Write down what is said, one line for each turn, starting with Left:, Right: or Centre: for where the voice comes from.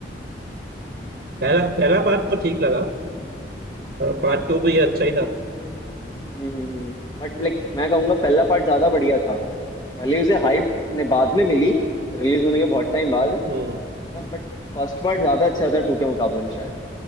Right: पहला पहला पार्ट तो ठीक लगा पार्ट टू भी
Left: हाँ
Right: अच्छा ही था
Left: हम्म हम्म बट लाइक मैं कहूंगा पहला पार्ट ज्यादा बढ़िया था भले ही उसे हाइप ने बाद में मिली रिलीज होने के बहुत टाइम बाद
Right: हम्म
Left: ना बट फर्स्ट पार्ट ज्यादा अच्छा था टू के मुकाबले में शायद